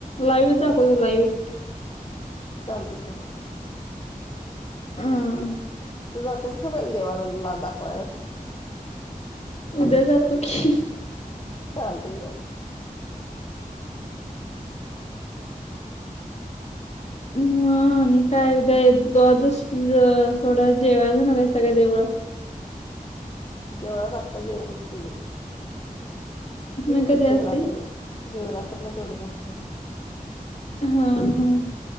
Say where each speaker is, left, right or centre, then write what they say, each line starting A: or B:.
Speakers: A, on the left; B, on the left.
A: लाईव्हच दाखवतो, लाईव्ह.
B: चालतंय. चालतंय.
A: हम्म.
B: तू जातेस का पहिलं, देवाला ला दाखवायला ते?
A: उद्या जातो की.
B: चालतंय चालतंय.
A: म आणि काय उद्या द्वादशी् सोडा जेवाय जाणाराय सगळ्या देवळात.
B: देवळात आत्ता जेवं नसतय ते
A: मग
B: ते
A: कधी
B: शिवरात्रीला.
A: असते
B: शिवरात्रीला तेवढंच असतंय.
A: अं हं.